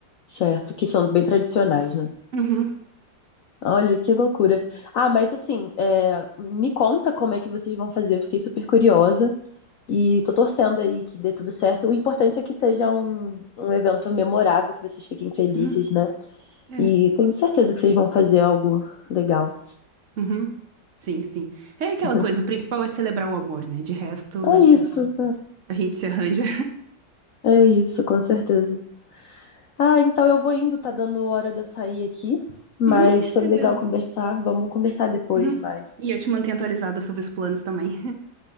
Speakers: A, on the left (about 65°); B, on the right (about 55°).
A: Certo, que são bem tradicionais, né?
B: Uhum,
A: Olha, que loucura. Ah, mas assim, é, me conta como é que vocês vão fazer. Eu fiquei super curiosa e tô torcendo aí que dê tudo certo. O importante é que seja um, um evento memorável, que vocês fiquem felizes,
B: uhum,
A: né?
B: é,
A: E tenho certeza que vocês vão fazer algo legal.
B: uhum. Sim, sim. É aquela
A: <laughs>
B: coisa, o principal é celebrar o amor, né? De resto,
A: É
B: a gente,
A: isso,
B: a gente se arranja.
A: é, é isso, com certeza. Ah, então eu vou indo, tá dando hora de eu sair aqui, mas
B: <laughs>
A: foi
B: Tranquilo.
A: legal conversar. Vamos conversar depois
B: Uhum.
A: mais.
B: E eu te mantenho atualizada sobre os planos também. <laughs>